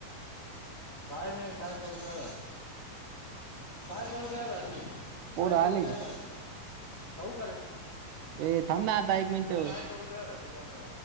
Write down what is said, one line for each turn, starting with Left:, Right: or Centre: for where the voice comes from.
Left: काय नाही काय करू द्या काय करू द्याधी
Right: पोरं
Left: काय
Right: आले
Left: करू त्या
Right: का
Left: काजू होवऊ करे म्हला
Right: ए थांब ना आता एक मिनिट
Left: काय करू द सा काालता